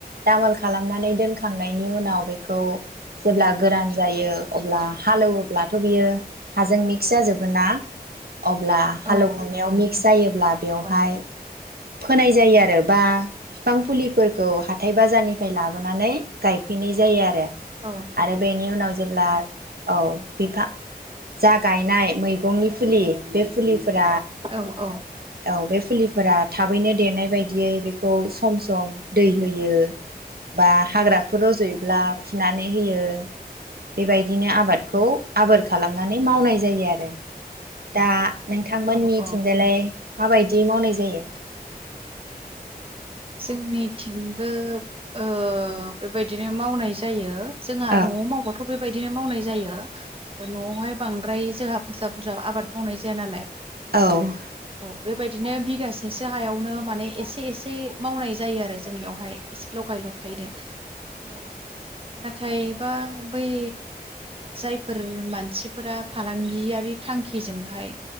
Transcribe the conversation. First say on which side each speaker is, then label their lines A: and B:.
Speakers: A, on the right; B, on the right.
A: दामोल
B: औ
A: खालामनानै दोनखांनायनि उनाव। उ बेखौ जेब्ला गोरान जायो अब्ला हालेवोब्लाथ बियो हाजों मिक्स जाजोबगोन ना अब्ला हालेवखांनायाव
B: औ औ
A: मिक्स जायोब्ला बेवहाय
B: औ
A: फोनाय जायो आरो बा बिफां फुलिफोरखौ हाथाय बाजारनिफ्राय लाबोनानै गायफैनाय जायो आरो
B: औ
A: आरो बेनि उनाव जेब्ला औ बिफा जा गायनाय मैगंनि फुलि बे फुलि फोर
B: औ
A: औ बे फुलिफोरा थाबैनो देरनाय बायदियै बेखौ सम सम दै होयो बा हाग्राफोर रजयोब्ला फिनानै होयो। बेबायदिनो आबादखौ आबोर खालामनानै मावनाय जायो आरो। दा नोंथांमोननि
B: औ औ
A: थिंजायालाय? माबायदि मावनाय जायो?
B: जोंनिथिंबो ओ बेबायदिनो मावनाय जायो। जोंहा
A: औ
B: नआव मावबथ बे बेबायदिनो मावनाय जायो। अ न आवहाय बांद ओम्रफ्राय जोंहा बुरजा बुरजा आबाद मावनाय जाया नालाय ।
A: औ ‌।
B: औ बेबायदिनो बिगासेसो हायावनो माने एसे एसे मावनाय जायो आरो जोंनियावहाय । एसे लगाय ल थायो दे ओ नाथायबा बा बै जायफोर मानसिफोरा फालांगियारि थांखिजोंहाय